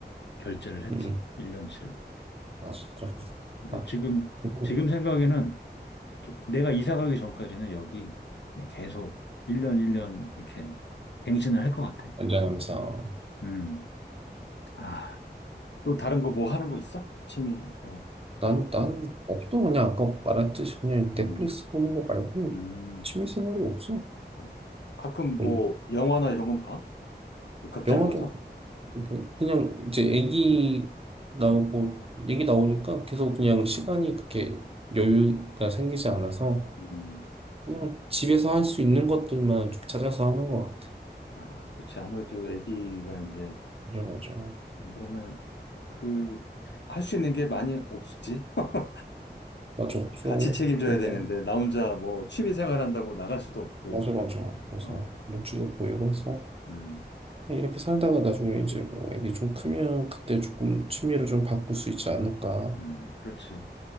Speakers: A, on the left (about 85°); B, on the right (about 35°).
A: 결제를 했지.
B: 응. 응.
A: 1년치를.
B: 아, 진짜.
A: 근데
B: 맞아.
A: 지금,
B: 음,
A: 지금 생각에는 게- 내가 이사 가기 전까지는 여기 그냥 계속 1년, 1년 이렇게 갱신을 할 것 같아.
B: 연장하면서.
A: 음. 아. 또 다른 거 뭐 하는 거 있어? 취미로.
B: 난, 난 없어. 그냥 아까 말했듯이 그냥 넷플릭스
A: 음,
B: 보는 거 말고
A: 음.
B: 취미생활이 없어.
A: 어. 가끔
B: 뭐,
A: 뭐 영화나 이런 건 봐? 그 극장
B: 영화도
A: 가서?
B: 뭐 그냥 이제 애기 나오고
A: 음,
B: 애기 나오니까 계속 그냥 시간이 그렇게 여유가 생기지 않아서
A: 음.
B: 그냥 집에서 할 수 있는 것들만 좀 찾아서 하는 것 같아.
A: 아, 그렇지. 아무래도 애기가 이제,
B: 맞아, 맞아.
A: 음, 그러면 그, 할 수 있는 게 많이 없었지. <laughs>
B: 맞아, 없어.
A: 같이 책임져야
B: 그러니까
A: 되는데, 나 혼자 뭐 취미 생활 한다고 나갈 수도 없고,
B: 맞아, 맞아. 그래서
A: 어,
B: 눈치도 보이고 해서
A: 음,
B: 이렇게 살다가 나중에 이제 뭐 애기 좀 크면 그때 조금 취미를 좀 바꿀 수 있지 않을까.
A: 음, 그렇지.